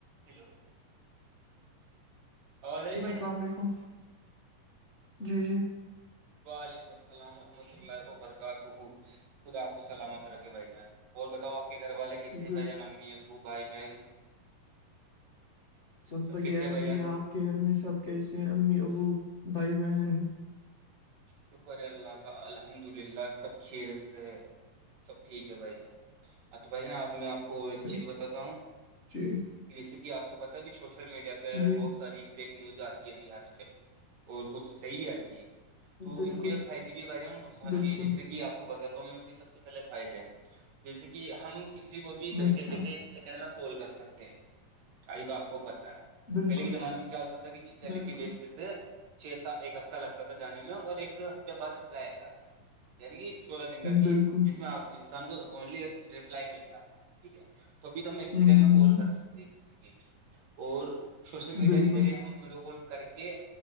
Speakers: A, on the right; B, on the left.
A: Hello آواز آ رہی ہے
B: جی
A: بھائی
B: السلام
A: جان
B: علیکم جی جی
A: وعلیکم السلام ورحمۃ اللہ وبرکاتہ خود آپ کو سلامت رکھے بھائی جان اور بتاؤ آپ کے گھر والے کسے
B: ب-
A: بہ جان امی ابو بھائی بہن
B: سب بڑھیا
A: کیسے ہیں
B: ہے
A: بھائی
B: بھیا
A: جان
B: آپ کے گھر میں سب کیسے ہیں امی ابو بھائی بہن
A: شکر ہے اللہ کا الحمد للہ سب کیرت سے ہے سب ٹھیک ہے بھائی صاح ہاں تو بھائی جان آج میں آپ کو ایک
B: س-
A: چیز بتاتا ہوں
B: جی
A: جیسے کہ آپ کو پتا ہے بھی سوشل میڈیا پہ
B: جی
A: بہت ساری فیک نیوز آتی ہے ابھی آج کل اور کچھ صحیح بھی آتی ہے تو
B: بالکل
A: اس کے فائدے بھی بھے ہیں اور نقصان
B: بالکل
A: بھی ہے جیسے کہ آپ کو بتاتا ہم اس کے سب سے پہلے فائدے ہیں جیسے کہ ہم کسی کو بھی بیٹھے
B: اچھا
A: بیٹھے ایک سیکنڈ میں پول کر سکتے ہیں چائی تو آپ کو پتا ہے
B: بالکل
A: پہلے کے زمانے میں کیا ہوتا تھا کہ چیا لکھی
B: بالکل
A: بیچتے تھے چھ س ایک ہفتہ لگتا تھا جانے میں میں اور ایک ہفتے بعد ریپلائی آتا تھا یعنی کہ چودہ دن کا
B: بالکل
A: گیف جس میں آپ کو انسان کو اونلی ریپلائی ملتا تھا ٹھیک ہے تو ابھی تو ہم ایک سیکنڈ
B: ہ ہ
A: میں
B: ہ
A: کال کر
B: ہ
A: سکتے کسی کے بھی اور سوشل میڈیا
B: بالکل
A: کے ذریعے ہم ویڈیو کال کر کے